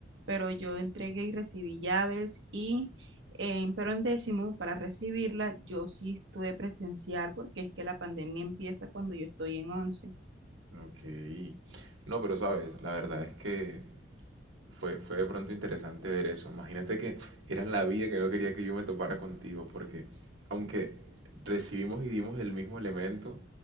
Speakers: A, on the right; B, on the right.
A: Pero yo entregué y recibí llaves y en, pero en décimo, para recibirla, yo sí estuve presencial porque es que la pandemia empieza cuando yo estoy en once.
B: Ok. No, pero sabes, la verdad es que fue, fue de pronto interesante ver eso. Imagínate que era la vida que no quería que yo me topara contigo, porque aunque recibimos y dimos el mismo elemento,